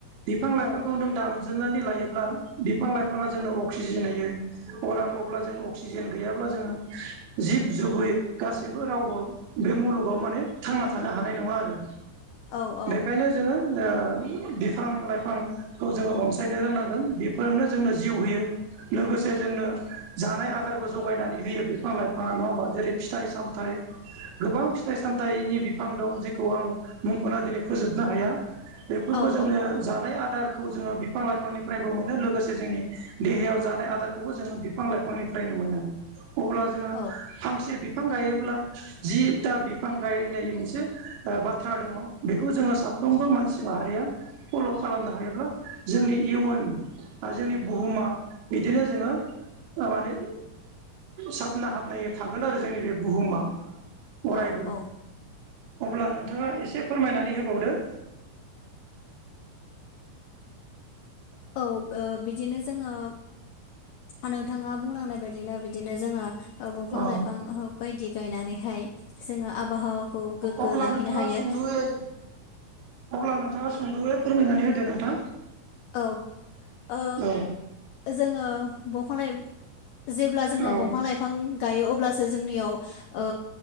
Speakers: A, on the right; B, on the left.
A: बिफां लाइफांखौ
B: औ
A: नों दानजोबनानै लायोब्ला बिफां लाइफाङा जोंनो अक्सिजेन होयो अरा अब्ला जों अक्सिजेन गैयाब्ला जोङो जिब जुबै जेबो रावबो बे मुलुगाव माने थांना थानो हानाय नङा आरो
B: औ औ
A: बेखायनो जोङो ओ बिफां लाइफां खौ जोङो अनसायनो रोंनांगोन बेफोरनो जोंनो जिउ होयो। लोगोसे जोंनो जानाय आदारबो जगायनानै होयो बिफां लाइफाङा नङा होमबा? जेरै फिथाइ साम थाइ गोबां फिथाइ सामथाइनि बिफां दं जेखौ आं मुंख'ना दिनै फोजोबनो हाया बेफोरखौ
B: औ
A: जोंनो जानाय आदार खौ जोङो बिफां लाइफांनिफ्रायबो मोनो लोगोसे जोंनि देहायाव जानाय आदारखौबो जोङो बिफां लाइफांनिफ्रायनो मोनो अब्ला जोङो
B: औ
A: फांसे बिफां गायो ब्ला जिथा बिफां गायनाय मोनसे ओ बाथ्रा दङ बेखौ जोङो सा फ्रोमबो मानसि माहारिया फल' खालामनो हायोब्ला जोंनि इयुन या जोंनि बुहुमा बिदिनो जोङो ओ माने साबना हाबनाय थागोन आरो जोंनि बे बुहुमा
B: औ
A: अरायबो।
B: औ
A: अब्ला नोंथाङा एसे फोरमायनानै होबावदो।
B: औ बिदिनो जोङो नोंथाङा बुंलांनाय बायदिनो बिदिनो जोङो ओ बंफां
A: अ
B: लाइफां बायदि गायनानैहाय जोङो आबहावाखौ गोग्गो
A: अब्ला
B: लाखिनो
A: नोंथाङा
B: हायो।
A: सुंद'यै अब्ला नोंथाङा सोंदयै फोरमायनानै होदो नोंथां।
B: औ ओ
A: औ
B: जोङो दंफां लाइ जेब्ला जोङो
A: औ
B: दंफां लाइफां गायो अब्लासो जोंनियाव ओ